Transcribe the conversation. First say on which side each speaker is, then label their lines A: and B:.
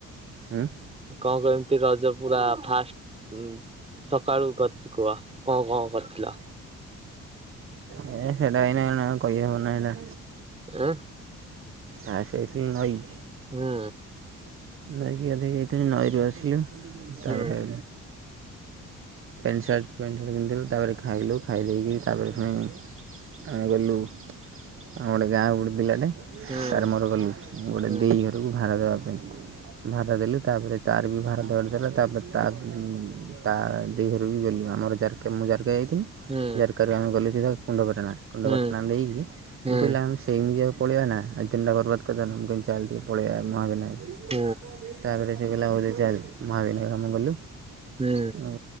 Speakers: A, on the right (about 45°); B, on the right (about 20°).
A: ଉଁ
B: କଣ କେମିତି ରଜ ପୁରା ଫାଷ୍ଟ ସକାଳୁ କରି କୁହ କଣ କଣ କରିଥିଲ?
A: ହେ ହେଈଟା ଏନା ଏଣା କହିହବନି ଏଣା।
B: ଉଁ
A: ନା ସେଇଠି ନଈଁ।
B: ହୁଁ।
A: ନାଇକିଗାଧେଇ ଯାଇଥୁଲୁ ନଈ ରୁ ଆସି ତାପରେ
B: ହୁଁ
A: ପ୍ୟାଣ୍ଟ ସାର୍ଟ ପ୍ୟାଣ୍ଟ ସାର୍ଟ ପିନ୍ଧିଲୁ ତାପରେ ଖାଇଲୁ ଖାଇ ଦେଇେଇକି ତା ପରେ ଫୁଣି ଆମେ ଗଲୁ ଆମ ଗୋଟେ ଗାଁ ଗୋଟେ ପିଲାଟେ
B: ହୁଁ
A: ତାର୍ ମୋର ଗଲୁ ଗୋଟେ
B: ହୁଁ
A: ଦେଇ ଘରକୁ ଭାର ଦେବା ପାଇଁ ଭାର ଦେଲୁ। ତାପରେ ତାର ବି ଭାର ଦେବାର ଥିଲା ତାପରେ ତା ତା ଦେଇ ଘରୁକୁ ବି ଗଲୁ ଆମର ଜାରକା ମୁଁ ଜାରକା ଯାଇଥିଲି
B: ହୁଁ
A: ଜାରକାରୁ ଆମେ ଗଲୁ ସିଧା କୁଣ୍ଡପାଟଣା କୁଣ୍ଡପାଟଣା
B: ହୁଁ ହୁଁ
A: ଦେଇକି
B: ହୁଁ
A: ମୁଁ କହିଲି ଆମେ ସେଇମିତି ଆଉ ପଳେଇଆ ନା ଆଜି ଦିନଟା ବର୍ବାଦ କରିଦେବା ନା ମୁଁ କହିଲି ଚାଲେ ଟିକେ ପଳେଇବା ମହାବିନାୟକ
B: ହୁଁ ହୁଁ
A: ତାପରେ ସେ କହିଲା ହଉ ଜିବା ଚାଲ ମହା ବିନାୟକ ଆମେ ଗଲୁ।
B: ହୁଁ।
A: ହଁ।